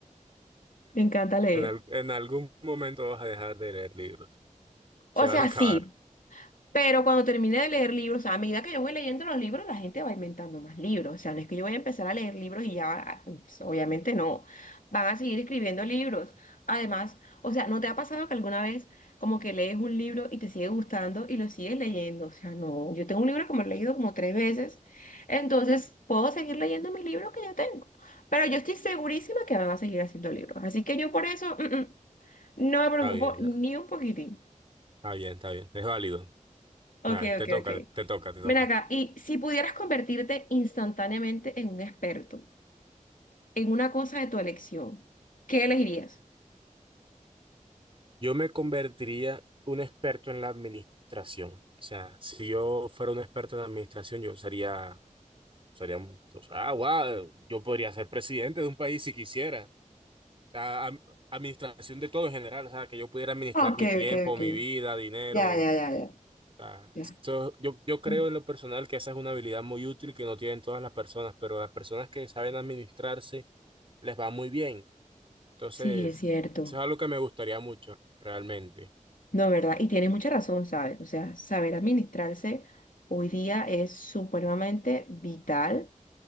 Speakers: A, on the left (about 85°); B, on the right (about 40°).
A: Me encanta leer.
B: En, al- en algún momento vas a dejar de leer libros.
A: O
B: Se
A: sea,
B: van a acabar.
A: sí, Pero cuando termine de leer libros, o sea, a medida que yo voy leyendo los libros, la gente va inventando más libros. O sea, no es que yo voy a empezar a leer libros y ya, ah, pues, obviamente no. Van a seguir escribiendo libros. Además, o sea, ¿no te ha pasado que alguna vez como que lees un libro y te sigue gustando y lo sigues leyendo? O sea, no. Yo tengo un libro que me lo he leído como tres veces. Entonces, puedo seguir leyendo mis libros que yo tengo. Pero yo estoy segurísima que van a seguir haciendo libros. Así que yo por eso, mm, mm, no me preocupo
B: Está bien, está
A: ni un poquitín.
B: está bien, está bien. Es válido.
A: Ok,
B: Dale, te
A: ok,
B: toca,
A: ok.
B: te toca, te toca.
A: Ven acá, y si pudieras convertirte instantáneamente en un experto, en una cosa de tu elección, ¿qué elegirías?
B: Yo me convertiría un experto en la administración. O sea, si yo fuera un experto en la administración, yo sería, sería, un- o sea, ah, wow, yo podría ser presidente de un país si quisiera. O sea, am- administración de todo en general. O sea, que yo pudiera administrar
A: Ah, Ok,
B: mi tiempo,
A: ok, ok.
B: mi vida, dinero.
A: Ya,
B: O
A: ya, ya, ya,
B: sea,
A: ya.
B: esto- yo, yo creo
A: Mm.
B: en lo personal que esa es una habilidad muy útil que no tienen todas las personas, pero las personas que saben administrarse les va muy bien. Entonces,
A: Sí, es cierto.
B: eso es algo que me gustaría mucho, realmente.
A: No, ¿verdad? Y tienes mucha razón, ¿sabes? O sea, saber administrarse hoy día es supremamente vital